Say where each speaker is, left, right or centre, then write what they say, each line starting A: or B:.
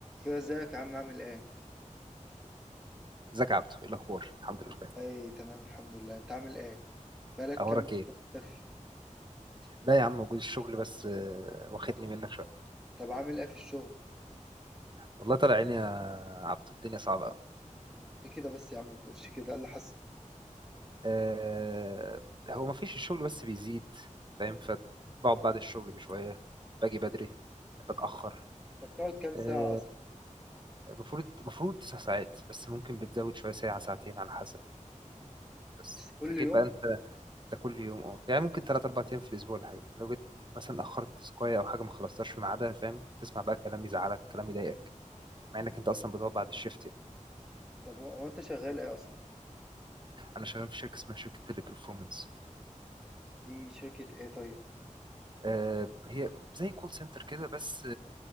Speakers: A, in the centre; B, on the right.
A: ايوه ازيك يا عم عامل ايه
B: ازيك يا عبدو ايه الاخبار الحمد لله
A: والله تمام الحمد لله انت عامل ايه بقالك
B: اخبارك
A: كام يوم
B: ايه
A: إنت مختفي
B: لا يا عم موجود الشغل بس آه، واخدني منك شويه
A: طب عامل ايه في الشغل
B: والله طالع عيني يا عبدو الدنيا صعبه قوي
A: ليه كده بس يا عم ما تقولش كده ايه اللي حصل
B: أه هو ما فيش الشغل بس بيزيد فاهم فبقعد بعد الشغل بشويه باجي بدري بتاخر
A: طب بتقعد كام
B: آه،
A: ساعه اصلا
B: المفروض المفروض تسع ساعات بس ممكن بتزود شويه ساعه ساعتين على حسب يعني بس
A: إتس كل
B: فجيت
A: يوم
B: بقى انت ده كل يوم اه يعني ممكن ثلاث اربع ايام في الاسبوع ولا حاجه لو جيت مثلا اخرت تسقايه او حاجه ما خلصتهاش في ميعادها فاهم تسمع بقى كلام يزعلك كلام يضايقك مع انك انت اصلا بتقعد بعد الشيفت يعني
A: طب هو هو انت شغال ايه اصلا
B: انا شغال في شركه اسمها شركه تيلي برفورمانس
A: دي شركه ايه طيب
B: آه، هي زي كول سنتر كده بس